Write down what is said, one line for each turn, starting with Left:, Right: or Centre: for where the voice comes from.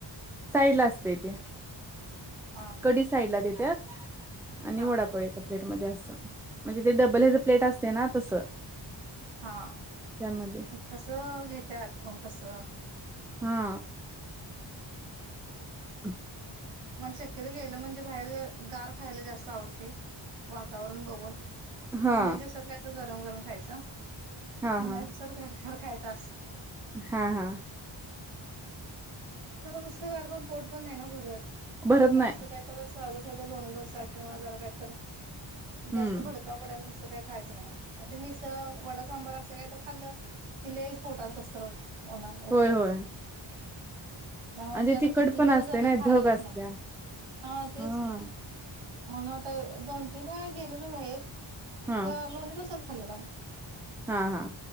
Centre: साईड ला असतंय ते
Right: हा हा
Centre: कडीी साईडला देत आणि
Right: हा
Centre: वडाप एका प्लेट मध्ये असं म्हणजे ते डबल हच प्लेट असते ना तसं
Right: हा
Centre: त्यामध्ये
Right: तसं घेतात पण कसं
Centre: हा ह
Right: मला शक्यत गेलं म्हणजे बाहेर गार खायला जास्त आवडते वातावरण बघून
Centre: हा
Right: थंडी दिवसात कायच गरम गरम खायचं
Centre: हा
Right: उन्हा्या
Centre: हा
Right: दिवसात घार घर खायच अस
Centre: हा हा
Right: खरं नुसत कारकून पोट पण नाही ना भरत
Centre: भरत
Right: मग
Centre: नाही
Right: असं काही तर साधं साधा लोणी डोसा किंवा जरा काहीत जास्त
Centre: हम्म
Right: बडक का पडल अससं काही खायचं नाही ते मिसळ वडा सांबार असं काय तर खाल्लं किल्ले स्फोटात कसर होते ना
Centre: होय
Right: उष्ण
Centre: होय
Right: देण त्यामुळे
Centre: आणि
Right: ते आता
Centre: तिखट
Right: किती
Centre: पण
Right: दिवस
Centre: असते
Right: झालं
Centre: ना
Right: खाल्लंच
Centre: धग असत्या
Right: नाही हा तेच
Centre: हा
Right: की म्हणून आता दोन तीन वेळा गेलेलो बाहेर तर
Centre: हा
Right: लोणी डोसच खाल्लेला म्ही
Centre: हा हा